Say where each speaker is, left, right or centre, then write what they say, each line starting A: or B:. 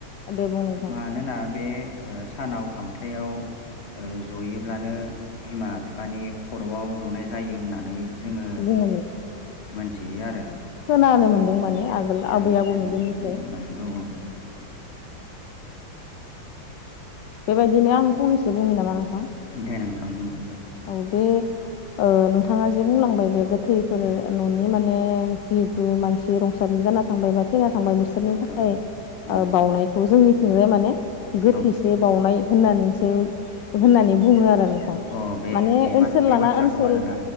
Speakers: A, on the left (about 75°); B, on the left (about 45°).
A: दे बुं नोंथां
B: मानोना बे ओ सानाव खामफ्लयाव ओ जयोब्लानो बिमा बिफानि खर'आव रज'नाय जायो होननानै जोङो
A: बुङोमोन
B: मोनथियो आरो
A: आं खोनानो
B: उम
A: मोनदों माने आगोल आबै
B: ओं
A: आबौनि
B: ओं
A: दिननिफ्राय
B: नंगौ उम उम
A: बेबायदिनो आं फंनैसो बुंनि नामा? नोंथां
B: दे नोंथां बुंजायो।
A: औ बे ओ नोंथाङा जे बुंलांबाय बे गोथैफोर ओ न'नि माने जिहेतु मानसि रुंसारि जाना थांबाय बा थैना थांबाय बि बिसोरनि थाखाय
B: ओ ओं
A: ओ बावनायखौ जोंनिथिंजाय माने गोथैसे
B: ओं
A: बावनाय होननानैसो होननानै बुङो आरो।
B: अ बे
A: ओ
B: बे
A: ओनसोल
B: बा बे
A: लाना
B: बाथ्राखौ
A: ओनसोल
B: आरोना